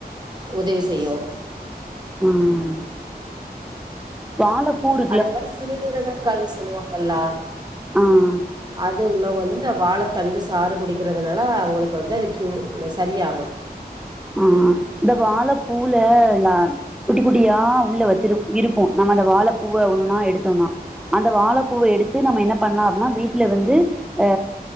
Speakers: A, on the right; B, in the centre.
A: உதவி செய்யு
B: ம் வாழப்பூர்
A: அதே மாரி சிறுநீரக கல் சொல்லுவாங்கல்லா
B: ஆ
A: அது உள்ளவங்க வந்து இந்த வாழ தண்டு சாறு குடிக்கிறதுனால அவங்களுக்கு வந்து அது கியூ செரியாகு
B: ம் ம் இந்த வாழப்பூல்ல இல்ல குட்டி குட்டியா உள்ள வச்சிரு இருக்கு நம்ம அந்த வாழ பூவ ஒன்னு ஒன்னா எடுத்தோம்னா அந்த வாழப்பூவ எடுத்து நம்ம என்ன பண்ணலா அப்டின்னா வீட்டுல வந்து ஆ